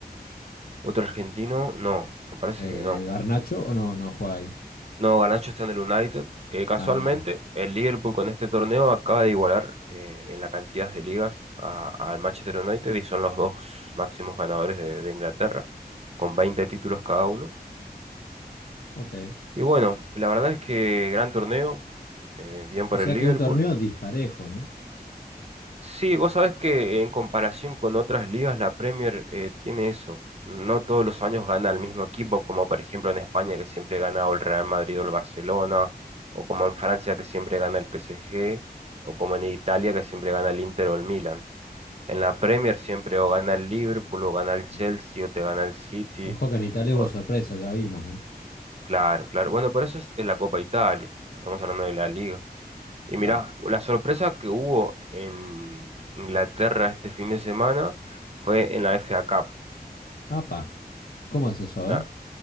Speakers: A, on the right; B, on the left.
A: Otro argentino, no, me parece
B: Eh,
A: que no.
B: ¿Garnacho o no? No juega ahí.
A: No, Garnacho está en el United. Eh, casualmente,
B: Ah,
A: el Liverpool con este torneo acaba de igualar eh, en la cantidad de ligas a- al Manchester United y son los dos máximos ganadores de, de Inglaterra, con 20 títulos cada uno.
B: ok.
A: Y bueno, la verdad es que gran torneo, eh, bien por
B: O sea
A: el Liverpool.
B: que un torneo disparejo, ¿no?
A: Sí, vos sabés que en comparación con otras ligas, la Premier eh, tiene eso. No todos los años gana el mismo equipo, como por ejemplo en España, que siempre gana o el Real Madrid o el Barcelona, o como en Francia, que siempre gana el PSG, o como en Italia, que siempre gana el Inter o el Milan. En la Premier siempre o gana el Liverpool, o gana el Chelsea,
B: Ujú.
A: o te gana el City.
B: Ojo que en Italia
A: o-
B: hubo sorpresa, ya vimos, ¿eh?
A: Claro, claro. Bueno, pero eso es en la Copa Italia. Estamos hablando de la Liga. Y
B: Claro.
A: mirá, la sorpresa que hubo en Inglaterra este fin de semana fue en la FA Cup.
B: Apa, ¿cómo es eso?
A: La,
B: A ver.